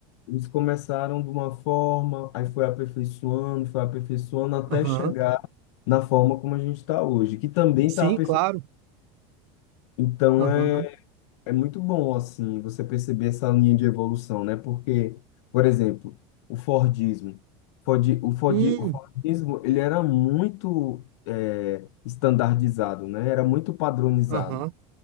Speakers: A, on the left; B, on the right.
A: eles começaram de uma forma, aí foi aperfeiçoando, foi aperfeiçoando até
B: aham,
A: chegar na forma como a gente está hoje, que também
B: sim,
A: está aperfeiçoando.
B: claro,
A: Então,
B: aham,
A: é É muito bom, assim, você perceber essa linha de evolução, né? Porque, por exemplo, o Fordismo. Fordi- o, Fordi-
B: hum,
A: o Fordismo, ele era muito eh, estandardizado, né? Era muito padronizado.
B: aham,